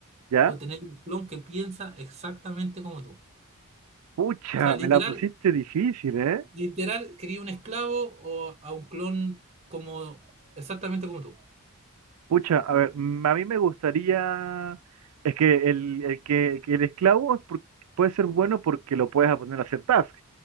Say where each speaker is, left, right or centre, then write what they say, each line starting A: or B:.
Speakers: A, on the right (about 75°); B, on the right (about 30°).
A: ya.
B: o tener un clon que piensa exactamente como tú.
A: Pucha,
B: O sea, literal,
A: me la pusiste difícil, ¿eh?
B: literal, quería un esclavo o a un clon como exactamente como tú.
A: Pucha, a ver, mm, a mí me gustaría, es que el, el que, que el esclavo es por- puede ser bueno porque lo puedes poner a hacer tasks,